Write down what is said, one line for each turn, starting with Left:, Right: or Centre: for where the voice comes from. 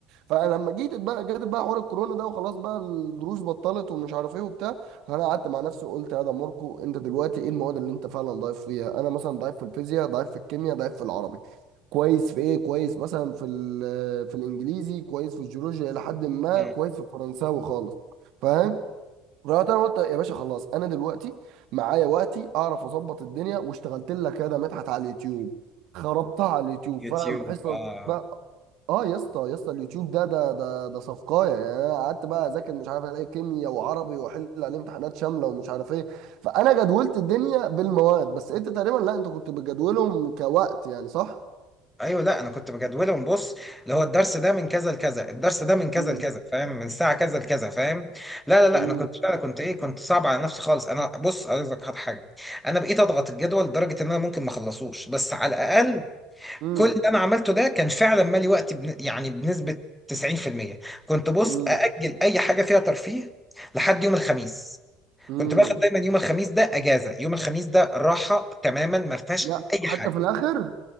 Right: فانا لما جيت بقى جت بقى حوار الكورونا ده وخلاص بقى الدروس بطلت ومش عارف ايه وبتاع فانا قعدت مع نفسي وقلت يا ده ماركو انت دلوقتي ايه المواد اللي انت فعلا ضعيف فيها انا مثلا ضعيف في الفيزياء ضعيف في الكيمياء ضعيف في العربي كويس في ايه كويس مثلا في ال- في الانجليزي كويس في الجيولوجيا الى حد ما
Centre: مم.
Right: كويس في الفرنساوي خالص فاهم رحت انا قلت يا باشا خلاص انا دلوقتي معايا وقتي اعرف اظبط الدنيا واشتغلت لك يا ده مدحت على اليوتيوب خربتها على اليوتيوب
Centre: يوتيوب
Right: فاهم حصص
Centre: آه.
Right: بقى اه يا اسطى يا اسطى اليوتيوب ده ده ده ده صفقايه يعني انا قعدت بقى اذاكر مش عارف الاقي كيمياء وعربي واحل عليه امتحانات شامله ومش عارف ايه فانا جدولت الدنيا بالمواد بس انت تقريبا لا انت كنت بتجدولهم كوقت يعني صح؟
Centre: ايوه لا انا كنت بجدولهم بص اللي هو الدرس ده من كذا لكذا الدرس ده من كذا
Right: امم
Centre: لكذا فاهم من ساعه كذا لكذا فاهم لا لا لا
Right: امم
Centre: انا كنت فعلا كنت ايه كنت صعب على نفسي خالص انا بص عايز لك حاجه انا بقيت اضغط الجدول لدرجه ان انا ممكن ما اخلصوش بس على الاقل
Right: امم
Centre: كل اللي انا عملته ده كان فعلا مالي وقتي بن... يعني بنسبة 90% كنت بص
Right: امم
Centre: اجل اي حاجة فيها ترفيه لحد يوم الخميس
Right: امم
Centre: كنت باخد دايما يوم الخميس ده اجازة يوم الخميس ده راحة تماما ما فيهاش
Right: لا
Centre: اي
Right: حتى
Centre: حاجة
Right: في الاخر